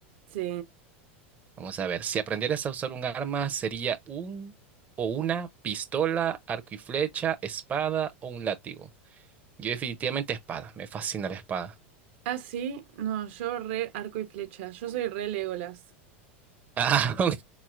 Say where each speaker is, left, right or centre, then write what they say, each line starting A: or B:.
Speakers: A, on the right; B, on the right.
A: Sí.
B: Vamos a ver, si aprendieras a usar un arma, ¿sería un o una pistola, arco y flecha, espada o un látigo? Yo definitivamente espada, me fascina la espada. <laughs>
A: Ah, sí, no, yo re arco y flecha, yo soy re Legolas.
B: Ah, ok.